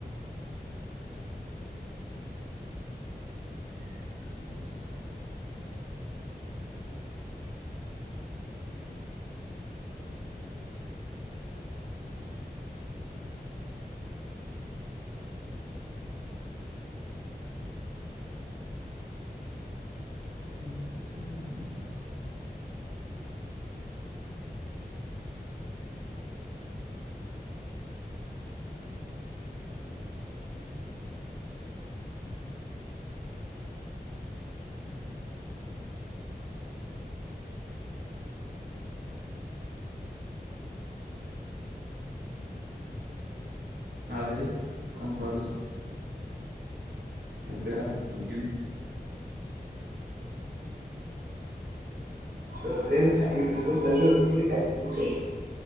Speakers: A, on the right; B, on the right.
A: ଉଁ ଦେଖା ଯାଉ ଆ ଭାଇ କଣ କରୁଛ ଏବେ ର ରୁଟି ନ୍
B: ଖାଇବୁ ପିଇବୁ ଶୋଇବୁ ଉଠିବୁ ଖାଇବୁ ଶୋଇବୁ